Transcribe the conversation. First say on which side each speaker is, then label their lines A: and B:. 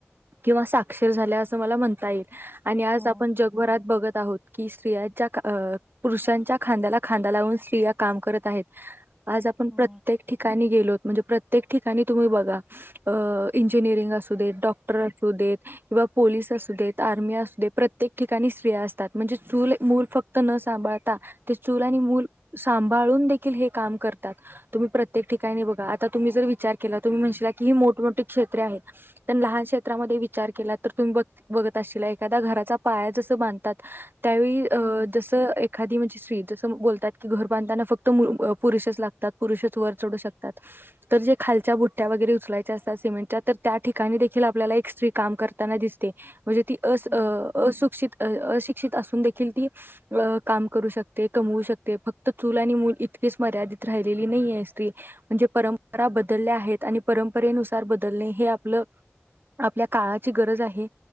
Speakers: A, on the right; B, on the right.
A: किंवा साक्षर झाल्या असं मला म्हणता येईल आणि आज
B: हो,
A: आपण जगभरात बघत आहोत. कि स्त्रियांच्या पुरुषांच्या खांद्याला खांदा लावून स्त्रिया काम करत आहेत. आज आपण
B: हो,
A: प्रत्येक ठिकाणी गेलोत म्हणजे प्रत्येक ठिकाणी तुम्ही बघा. इंजिनिअरिंग असू देत डॉक्टर असू देत. किंवा पोलीस असू देत आर्मी असू दे प्रत्येक ठिकाणी स्त्रिया असतात म्हणजे चू मूल फक्त. न सांभाळता ते चूल आणि मूल सांभळून. की हे काम करतात तुम्ही प्रत्येक ठिकाणी बघा आता तुम्ही जर विचार केला तुम्ही म्हणशीला की मोठमोठी क्षेत्रे आहेत. पण लहान क्षेत्रामध्ये विचार केला तर तुम्ही बघ बघत असशीला एखादा घराचा पाया जसं बांधतात. त्यावेळी. अ
B: हो,
A: जसं एखादी म्हणजे स्त्री जसं बोलतात की घर बांधताना फक्त पुरुषच लागतात. पुरुषच वर चढू शकतात तर जे खालच्या बुट्ट्या वगैरे उचलायच्या असतात सिमेंटच्या तर त्या. ठिकाणी देखील आपल्याला एक स्त्री काम करताना दिसते म्हणजे ती अस.
B: हो,
A: असशिक्षित अशिक्षित असून देखील ती. अ काम करू शकते कमवू शकते फक्त चूल आणि मूल इतकीच मर्यादित राहिलेली नाही ये स्त्री. म्हणजे परंपरा बदलल्या आहेत आणि परंपरेनुसार बदलणे हे आपलं. आपल्या काळाची गरज आहे